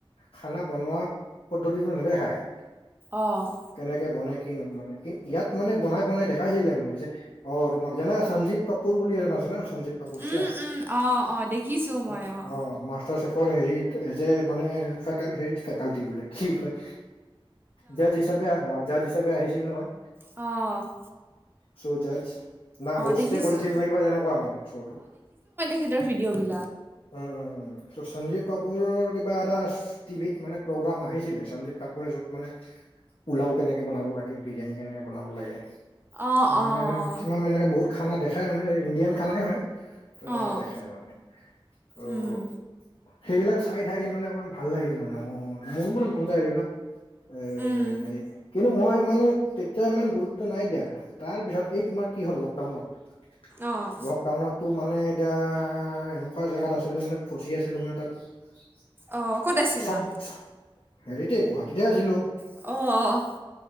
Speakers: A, on the left (about 70°); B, on the right (about 20°).
A: খানা বনোৱা পদ্ধতিটো নেদেখায়।
B: অঁ'
A: কেনেকে বনে কি নো মানে? কিন্তু ইয়াত মানে বনাই বনাই দেখাইছিলে মানে যে- অ', তোমাক জানা সঞ্জীৱ কাপুৰ বুলি এজন আছে না, সঞ্জীৱ- কাপুৰ
B: উম,
A: চেফ,
B: উম, অ' অ' দেখিছোঁ মই
A: অঁ,
B: অ'
A: অঁ, মাছ- টাৰ চেফৰ হেৰিত এজ এ মানে, ফেকেন হেৰি ফেকাল্টি বোলে। কি হয়? জাজ হিচাপে আহ, জাজ হিচাপে আহিছিল নহয়।
B: অঁ'
A: শ্ব' জজ, না
B: অ'
A: হোষ্টে
B: দেখিছোঁ
A: কৰিছিল নে কিবা তেনেকুৱা মানে শ্ব'টো।
B: ফিদৰ ভিদিঅ' বিল-
A: উম, উম, উম' ত' সঞ্জীৱ কাপুৰৰ কিবা এটা- টিভিত মানে প্ৰগ্ৰাম আহিছিলে, সঞ্জীৱ কাপুৰে য'ত মানে- পোলাও কেনেকে বনাব লাগে, বিৰিয়ানী কেনেকে বনাব লাগে?
B: অ'
A: ত'
B: অ'
A: মানে মেক্সিমাম এনেকে বহুত খানা দেখাই মানে, ইণ্ডিয়ান খানাই হয়। তেনেকে
B: অ'
A: দেখাই মানে। অও।
B: উম,
A: সেইবিলাক চাই থাকি মানে অকমান ভাল লাগিছিল মানে, উম'মোৰো মানে মন যায় আৰু না। এ এ
B: উম,
A: হেৰিত। কিন্তু মই ইমানো তেতিয়া ইমান গুৰুত্ব নাই দিয়া, তাৰপিছত এই তোমাৰ কি হ'ল লকডাউনত-
B: অ'
A: লকডাউনতটো মানে- এতিয়া এনেকুৱা জেগাত আছিলো মানে, ফচি আছিলো মানে তাত।
B: অ' ক'ত আছিলা?
A: চব হেৰিতেই, গুৱাহাটীতেই আছিলো।
B: অ', অ'।